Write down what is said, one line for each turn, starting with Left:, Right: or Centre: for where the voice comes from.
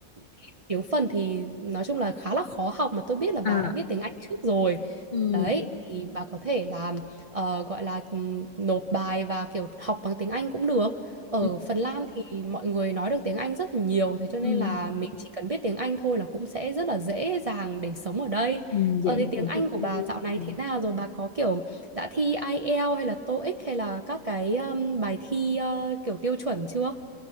Right: thì tiếng phần thì nói chung là khá là khó học mà tôi biết là bà
Left: à,
Right: đã biết tiếng Anh trước rồi.
Left: ừm,
Right: Đấy, thì bà có thể là ờ, gọi là ừm, nộp bài và kiểu học bằng tiếng Anh cũng được. Ở
Left: ừm,
Right: Phần Lan thì mọi người nói được tiếng Anh rất là nhiều, thế cho nên
Left: ừm,
Right: là mình chỉ cần biết tiếng Anh thôi là cũng sẽ rất là dễ dàng để sống ở đây.
Left: ừm, dễ
Right: Ờ, thế tiếng
Left: dàng
Right: Anh
Left: thích
Right: của
Left: nghi.
Right: bà dạo này
Left: Ừ.
Right: thế nào rồi? Bà có kiểu đã thi IELTS hay là TOEIC hay là các cái um, bài thi ờ, kiểu tiêu chuẩn chưa?